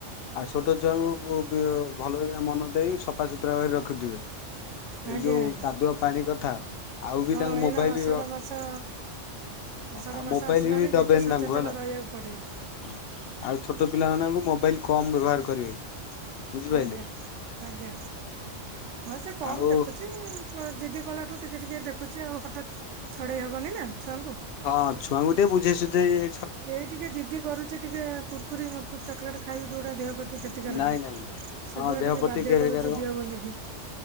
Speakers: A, on the left; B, on the right.
A: ଆଉ ଛୋଟ ଛୁଆଙ୍କୁ ଭଲ ମନ ଦେଇ ସଫାସତୁରା କରି ରଖୁଥିବେ।
B: ଆଜ୍ଞା
A: ଏଇ ଯୋଉ
B: ଆଜ୍ଞା
A: କାଦୁଆ ପାଣି କଥା ଆଉ ବି
B: ହଁ
A: ତାଙ୍କୁ
B: ଏଇନା
A: ମୋବାଇଲ
B: ଆଷାଢ଼
A: ହଁ
B: ମାସ। ଆଷାଢ
A: ଆଉ
B: ମାସ
A: ମୋବାଇଲ
B: ଆସିଲାଣି
A: ବି ଦବେନି
B: ଯେତେ ସଚେତନ
A: ତାଙ୍କୁ ହେଲା।
B: ରହିବାକୁ ପଡିବ।
A: ହଁ ଆଉ ଛୋଟ ପିଲାମାନଙ୍କୁ ମୋବାଇଲ୍ କମ୍ ବ୍ୟବହାର କରିବେ। ବୁଝିପାରିଲେ।
B: ଆଜ୍ଞା ଆଜ୍ଞା ହଁ ସେ କମ
A: ଆଉ
B: ଦେଖୁଛି। ଜିଦି କଲାଠୁ ଟିକେ ଟିକିଏ ଦେଖୁଛି ଆଉ ହଠାତ୍ ଛଡ଼େଇ ହେବନି ନା ଛୁଆଙ୍କୁ।
A: ହଁ ଛୁଆଙ୍କୁ ଟିକେ ବୁଝେଇସୁଝେଇ।
B: ଏଇ ଟିକେ ଜିଦି କରୁଛି ଟିକେ କୁର୍କୁରି ମୂର୍କୁରି ଚକୋଲେଟ ଖାଇବୁ ଯୋଉଟା ଦେହ ପ୍ରତି ସେ କ୍ଷତିକାରକ
A: ନାଇଁ ନାଇଁ ନାଇଁ।
B: ସେଗୁଡା
A: ହଁ ଦେହ
B: ଟିକେ
A: ପ୍ରତି
B: ବାଧ୍ୟ
A: କ୍ଷତିକାରକ
B: କରୁଛି ଦିଅ ବୋଲିକି।